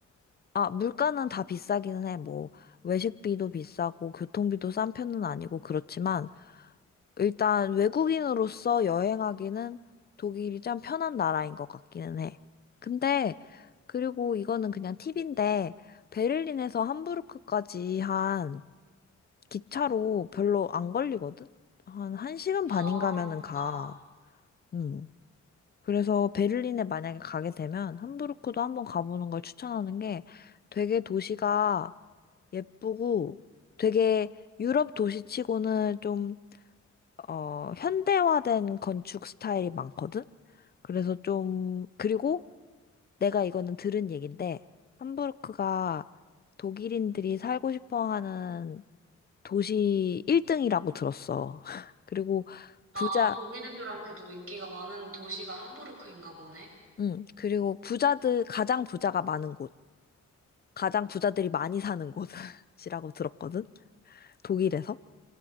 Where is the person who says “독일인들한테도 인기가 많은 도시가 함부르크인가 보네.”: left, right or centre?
Right